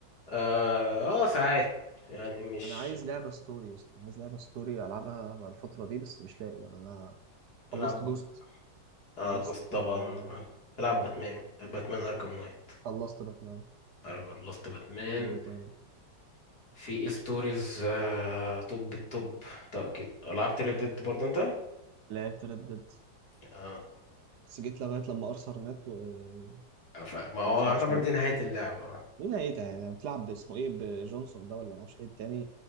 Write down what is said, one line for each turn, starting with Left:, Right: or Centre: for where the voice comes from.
Left: اه اه ساعات يعني مش
Right: أنا عايز لعبة ستوري يا اسطى أنا عايز لعبة ستوري ألعبها بقى الفترة دي بس مش لاقي يعني أنا خلصت
Left: العب
Right: جوست
Left: اه
Right: خلصت
Left: جوست طبعا
Right: آه،
Left: آه. العب باتمان باتمان اركم نايت
Right: خلصت باتمان
Left: العب لاست باتمان
Right: ليه تاني
Left: في ايه ستوريز آه... طب الطب طب أكيد. لعبت ريد ديد برضه انت
Right: لعبت ريد ديد
Left: اه
Right: بس جيت لغاية لما أرثر مات وخلاص
Left: ف- ما هو
Right: ما عادش
Left: يعتبر
Right: بلعب
Left: دي نهاية اللعبة آه.
Right: ليه نهايتها يعني بتلعب باسمه إيه بجونسون ده ولا ما أعرفش إيه التاني